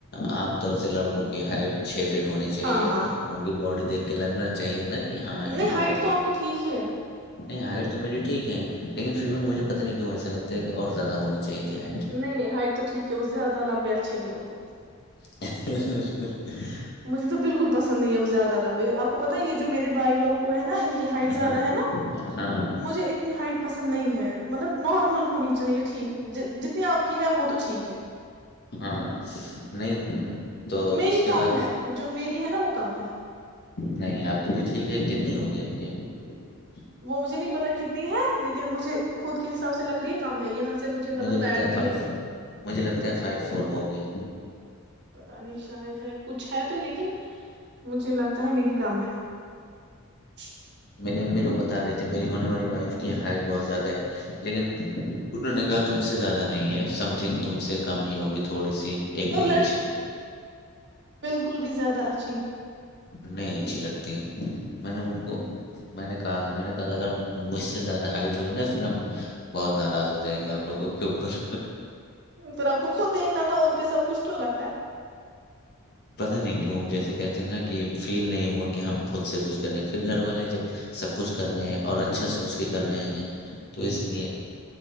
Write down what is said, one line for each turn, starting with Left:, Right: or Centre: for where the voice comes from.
Left: عام طور سے لڑکوں کی ہائٹ چھ فٹ ہونی چاہیے
Right: ہاں ہاں
Left: ان کی باڈی دیک لگنا چاہیے نا کہ ہاں ان
Right: نہیں
Left: کی
Right: ہائٹ
Left: باڈی
Right: تو آپ
Left: ہے
Right: کی ٹھیک ہی ہے
Left: نہیں ہائٹ تو میری ٹھیک ہے لیکن پھر بھی مجھے پتہ نہیں کیوں ایسے لگتا ہے کہ اور زیادہ ہونی چاہی تھی ہائٹ
Right: نہیں نہیں ہائٹ تو ٹھیک ہے وہ زیادہ لمبے اچھے نہیں ہوتے
Left: ا <unintelligible>
Right: مجھے تو بالکل پسند نہیں ہے وہ زیادہ لمبی آپ کو پتا یہ جو میرے بائی لوگ ہوئے ہیں نا ان کی ہائٹ زیادہ
Left: ہاں
Right: ہے نا
Left: ہاں
Right: مجھے اتنی ہائٹ پسند نہیں ہے مطلب نار نارمل ہونی چاہیے ٹھیک جتنی آپ کی ہے وہ تو ٹھیک ہے
Left: ہاں نہیں تو
Right: میری
Left: اس کے
Right: کم
Left: بعد
Right: ہے جو میری ہے نا وہ کم ہے
Left: نہیں آپ تو بھی ٹھیک ہے کتنی ہوگی آپ کے یہ
Right: وہ مجھے نہیں پتا کتنی ہے لیکن مجھے خود کے حساب سے لگ رہی ہے کام ہے یہاں سے مطلب
Left: مجھے لگتا
Right: فیٹ
Left: ہے
Right: بھی
Left: فائیو مجھے لگتا ہے فائیو فور ہوگی
Right: پتا نہیں شاید ہے کچھ ہے تو لیکن مجھے لگتا ہے میری کم ہے <unintelligible>
Left: میری امی لوگ بتا رہے تھے میری ہونے والی وائف کی ہائٹ بہت زیادہ ہے لیکن انہوں نے کہا تم سے زیادہ نہیں ہے سم تھنگ تم سے کم ہی ہوگی تھوڑی سی ایک دو
Right: اور
Left: انچ
Right: کل بھی زیادہچ
Left: نہیں اچھی لگتی ہے میں نے ان کو میں نے کہا تو میں نے کہ اگر مجھ سے زیادہ ہائٹ ہوئی نا پھر ہم بہت ناراض ہو جائیں گے آپ لوگوں کے اوپر
Right: پھر آپ کو خود دیکھنا تھا ان پہ سب کچھ کیوں رکھا ہے
Left: پت نہیں کیوں جیسے کہتے ہیں نا کہ فیل نہیں ہوا کہ ہم خود سے کچھ کر رہے ہیں پھر گھر والے جب سب کچھ کر رہے ہیں اور اچھا سوچ کے کر رہے ہیں تو اس لیے